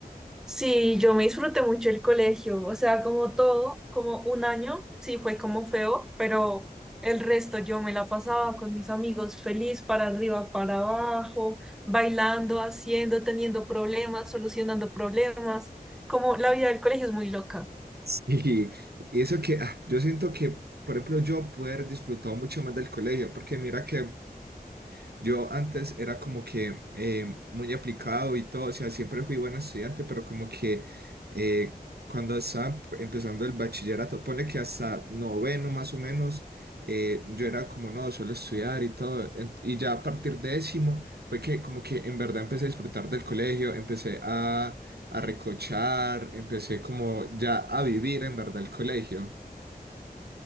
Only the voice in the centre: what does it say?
Sí, yo me disfruté mucho el colegio, o sea, como todo, como un año, sí fue como feo, pero el resto yo me la pasaba con mis amigos feliz para arriba, para abajo, bailando, haciendo, teniendo problemas, solucionando problemas, como la vida del colegio es muy loca.